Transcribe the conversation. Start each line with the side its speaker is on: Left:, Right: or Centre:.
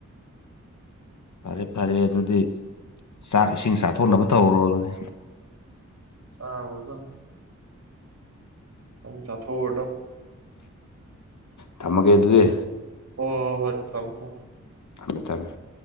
Left: ꯐꯔꯦ ꯐꯔꯦ ꯑꯗꯨꯗꯤ ꯆꯥꯛ ꯏꯁꯤꯡ ꯆꯥꯊꯣꯛꯅꯕ ꯇꯧꯔꯣ ꯑꯗꯨꯗꯤ
Right: ꯆꯥꯔꯨꯔꯗꯕꯅꯦ ꯆꯥꯊꯣꯛꯎꯔꯗꯧꯅꯦ
Left: ꯊꯝꯃꯒꯦ ꯑꯗꯨꯗꯤ꯫
Right: ꯍꯣ ꯍꯣ ꯍꯣꯏ ꯊꯝꯃꯣ ꯊꯝꯃꯣ
Left: ꯊꯝꯃꯦ ꯊꯝꯃꯦ